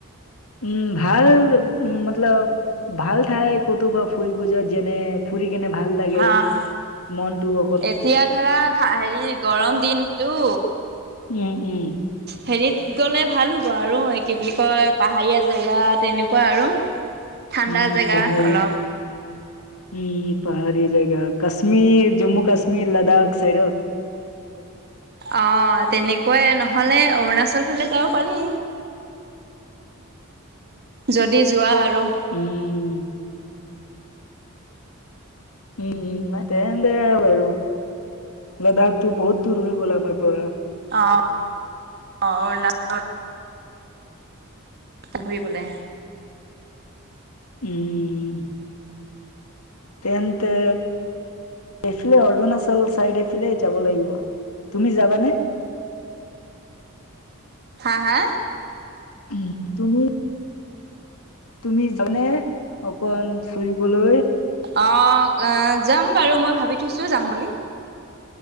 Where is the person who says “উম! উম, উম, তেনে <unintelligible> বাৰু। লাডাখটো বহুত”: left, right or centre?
Left